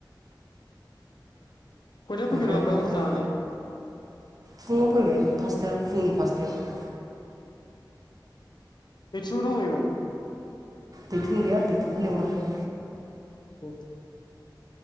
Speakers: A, on the left; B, on the right.
A: <unintelligible>
B: ओमफ्राय बिनिफ्राय
A: हर थानानै
B: फुङाव फैबाय फास्थायाव फुंनि फास्थायाव।
A: मिटिंआव दंहैयो मोन?
B: दैथुननि गैया दैथुनखौनि लिंहराखै।
A: औ